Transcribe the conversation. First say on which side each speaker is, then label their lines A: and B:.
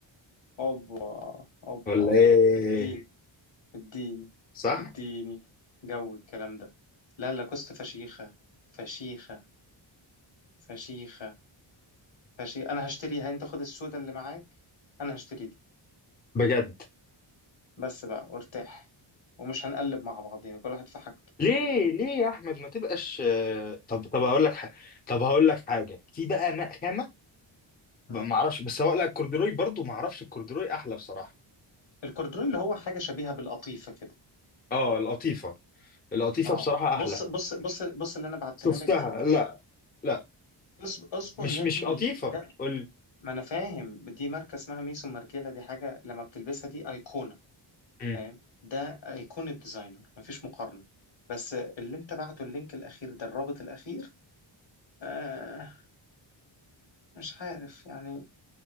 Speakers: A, on the left (about 65°); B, on the left (about 20°).
A: اوبا اوبا
B: ولا ايه
A: اديني اديني
B: صح
A: اديني جو الكلام ده لا لاكوست فشيخة فشيخة فشيخة فشيخة انا هشتريها انت خد السودا اللي معاك انا هشتري دي
B: بجد
A: بس بقى وارتاح ومش هنقلب مع بعضينا كل واحد في حاجته
B: ليه ليه يا احمد ما تبقاش آه، طب طب هقول لك ح... طب هقول لك حاجه في بقى نا- خامه
A: مم.
B: بقى ما اعرفش بس هو لا الكوردروي برضو ما اعرفش الكوردروي احلى بصراحه
A: الكوردروي اللي هو حاجة شبيهة بالقطيفة كده
B: اه القطيفه القطيفه
A: اه
B: بصراحه
A: بص
B: احلى
A: بص بص بص اللي انا بعتها
B: شفتها
A: لك دي
B: لا لا
A: اصبر, اصبر
B: مش
A: يا
B: مش
A: ابني
B: قطيفه
A: ده
B: قول لي.
A: ما انا فاهم دي ماركة اسمها ميسون مارجيلا دي حاجة لما بتلبسها دي ايقونة
B: مم.
A: فاهم ده هيكون الديزاينر مفيش مقارنة بس اللي انت بعته اللينك الاخير ده الرابط الاخير آه مش عارف يعني